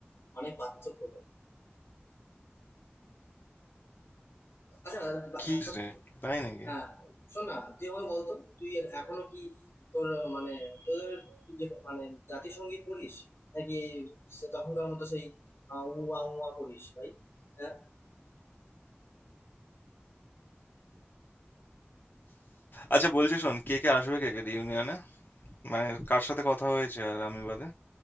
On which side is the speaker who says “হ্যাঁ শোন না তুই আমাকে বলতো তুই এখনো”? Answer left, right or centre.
Left